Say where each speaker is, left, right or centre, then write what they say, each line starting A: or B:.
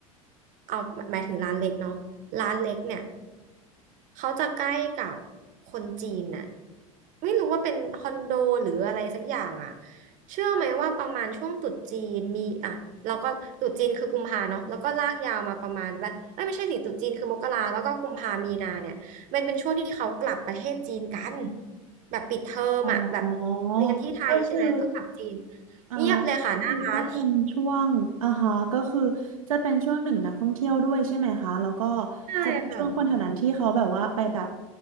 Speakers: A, on the right (about 45°); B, on the right (about 75°).
A: เอาหมายถึงร้านเล็กเนาะร้านเล็กเนี่ยเขาจะใกล้กับคนจีนน่ะไม่รู้ว่าเป็นคอนโดหรืออะไรสักอย่างอ่ะเชื่อไหมว่าประมาณช่วงตรุษจีนมีอ่ะเราก็ตรุษจีนคือกุมภาเนาะแล้วก็ลากยาวมาประมาณแบบเอ้ยไม่ใช่สิตรุษจีนคือมกราแล้วก็กุมภามีนาเนี่ยมันเป็นช่วงที่เขากลับประเทศจีนกันแบบปิดเทอมอ่ะแบบ
B: อ๋อ
A: เรียนที่ไทยใช่ไหมก็กลับจีน
B: ก็คืออ่าก็คือก็เป็นช่วงอ่าฮะก็คือจะเป็นช่วงหนึ่งนักท่องเที่ยวด้วยใช่ไหมคะแล้วก็
A: เงียบเลยค่ะหน้าร้าน ใช่ค่ะ
B: จะเป็นช่วงคนแถวนั้นที่เขาแบบว่าไปแบบ